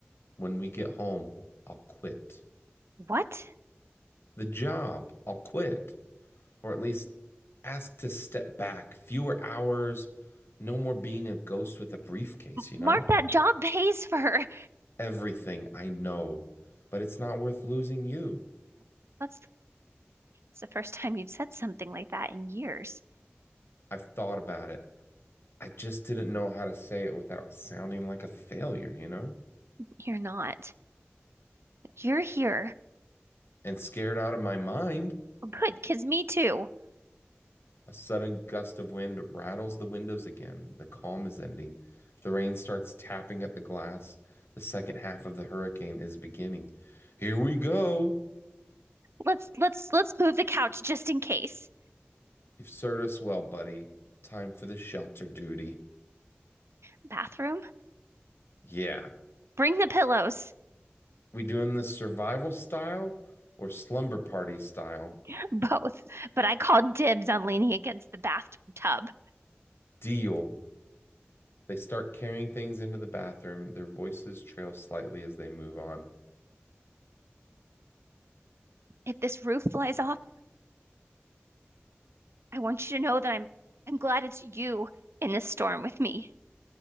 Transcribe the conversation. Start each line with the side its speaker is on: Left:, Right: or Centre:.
Left: when we get home, I'll quit.
Right: What?
Left: The job, I'll quit. Or at least ask to step back. Fewer hours, no more being a ghost with a briefcase, you
Right: Mark,
Left: know?
Right: that job pays for. <laughs>
Left: Everything I know, but it's not worth losing you.
Right: That's, that's the first time you've said something like that in years.
Left: I've thought about it. I just didn't know how to say it without sounding like a failure, you know?
Right: You're not. You're here.
Left: And scared out of my mind,
Right: Well, good, 'cause me too.
Left: a sudden gust of wind rattles the windows again. The calm is ending. The rain starts tapping at the glass. The second half of the hurricane is beginning. Here we go.
Right: Let's let's let's move the couch just in case.
Left: You've served us well, buddy. Time for the shelter duty.
Right: Bathroom?
Left: Yeah.
Right: Bring the pillows.
Left: We doing this survival style or slumber party style?
Right: <laughs> Both. But I called dibs on leaning against the bathtub.
Left: Deal. They start carrying things into the bathroom. Their voices trail slightly as they move on.
Right: If this roof flies off, I want you to know that I'm I'm glad it's you in this storm with me.